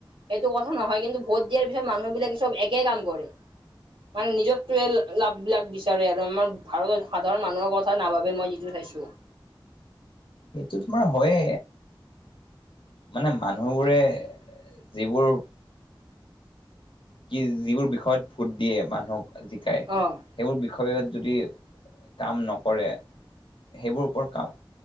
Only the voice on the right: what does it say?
সেইটো কথা নহয় কিন্তু ভোট দিয়াৰ পিছত মানুহ বিলাকে চব একে কাম কৰে। মানে নিজতে লাভবিলাক বিচাৰে আৰু আমাৰ ভাৰতৰ সাধাৰণ মানুহৰ কথা নাভাবে মই যিটো চাইছো।
অ',